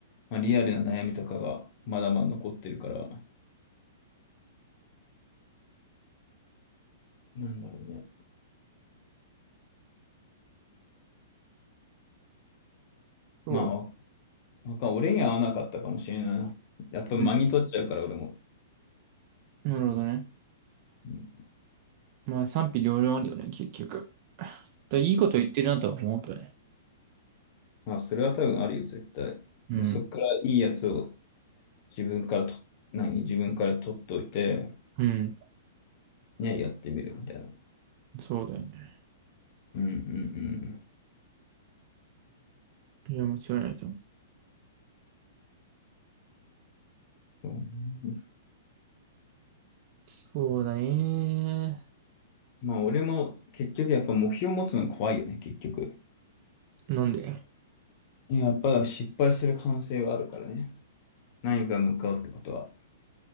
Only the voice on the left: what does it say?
まあ、リアルな悩みとかがまだまだ残ってるから、なんだろうね。
まあ、わわか俺には合わなかったかもしれないな。やっぱ間に取っちゃうから俺も。
うん
まあ、それは多分あるよ、絶対。
で、そこからいいやつを自分からと、何、自分から取っといて、
ね、やってみるみたいな。
うんうんうん。
そうね
まあ、俺も結局やっぱ目標を持つの怖いよね、結局。
いや、やっぱ失敗する可能性はあるからね。何か向かうってことは。